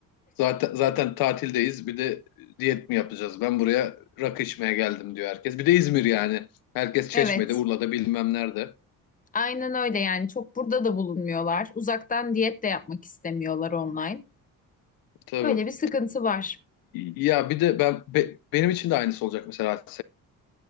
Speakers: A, on the left; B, on the left.
A: Zaten zaten tatildeyiz. Bir de diyet mi yapacağız? Ben buraya rakı içmeye geldim diyor herkes. Bir de İzmir yani. Herkes Çeşme'de,
B: Evet.
A: Urla'da bilmem nerede.
B: Aynen öyle yani. Çok burada da bulunmuyorlar. Uzaktan diyet de yapmak istemiyorlar online.
A: Tabii.
B: Öyle bir sıkıntı var.
A: Ya bir de ben be- benim için de aynısı olacak mesela